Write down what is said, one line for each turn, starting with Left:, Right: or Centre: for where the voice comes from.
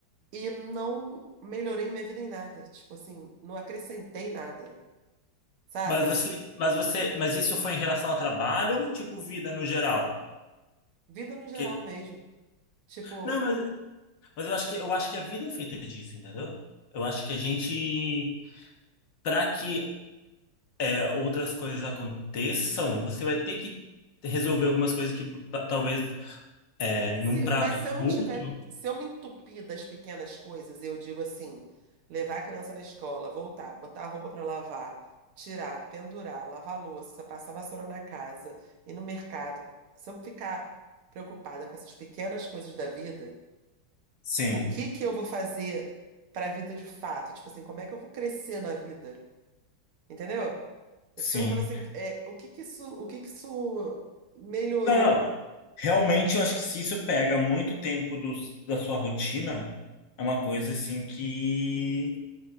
Right: e não melhorei minha vida em nada. Tipo assim, não acrescentei nada, sabe?
Left: mas você, mas você, mas isso foi em relação a trabalho, tipo vida no geral?
Right: Vida no geral
Left: Que,
Right: mesmo. Tipo,
Left: não, mas, mas eu acho que eu acho que a vida é feita disso, entendeu? Eu acho que a gente, para que é, outras coisas aconteçam, você vai ter que resolver algumas coisas que pa- talvez é,
Right: Mas
Left: num
Right: se,
Left: prazo
Right: mas se eu não
Left: curto.
Right: tiver, se eu me entupir das pequenas coisas, eu digo assim, levar a criança na escola, voltar, botar a roupa para lavar, tirar, pendurar, lavar a louça, passar vassoura na casa, ir no mercado. Se eu ficar preocupada com essas pequenas coisas da vida,
Left: Sim,
Right: o que que eu vou fazer para a vida de fato? Tipo assim, como é que eu vou crescer na vida? Entendeu? Eu
Left: sim.
Right: fico perguntando assim, é, o que que isso, o que que isso melhorou?
Left: Não, não. Realmente, eu acho que se isso pega muito tempo do, da sua rotina, é uma coisa assim que,